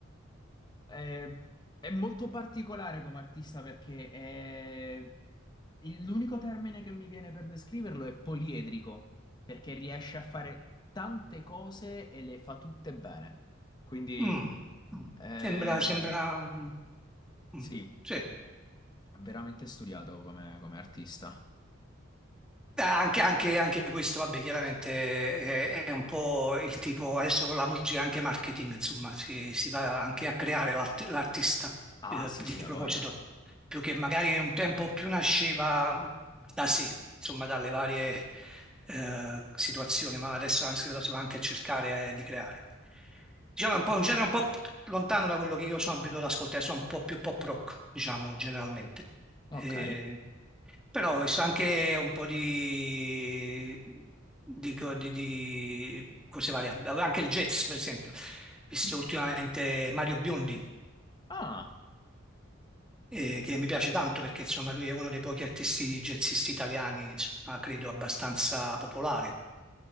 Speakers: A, on the left; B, in the centre.
A: Eh, è molto particolare come artista perché è- il- l'unico termine che mi viene per descriverlo è poliedrico, perché riesce a fare tante cose e le fa tutte bene. Quindi
B: Mm.
A: ehm,
B: Sembra, sembra, un- mm.
A: sì,
B: Sì. Eh,
A: è veramente studiato come, come artista.
B: Anche, anche- anche questo, vabbè, chiaramente è, è un po' il tipo, adesso con la musica è anche marketing, insomma, si, si va anche a creare l'art- l'artista
A: Ah,
B: eh,
A: sì,
B: di
A: sì, a
B: proposito,
A: voglia.
B: più che magari un tempo più nasceva da sé, insomma, dalle varie eh, situazioni, ma adesso anzi lo si va anche a cercare eh, di creare. diciamo è un po' un genere un po' lontano da quello che io sono abituato ad ascoltare, sono un po' più pop rock, diciamo, generalmente.
A: Ok.
B: Eh, però è anche un po' di, di, co- di- di cose varie, anche il jazz, per esempio. Visto
A: Mm.
B: ultimamente Mario Biondi
A: Ah,
B: eh, che mi piace tanto perché insomma lui è uno dei pochi artisti jazzisti italiani, insomma, credo abbastanza popolare.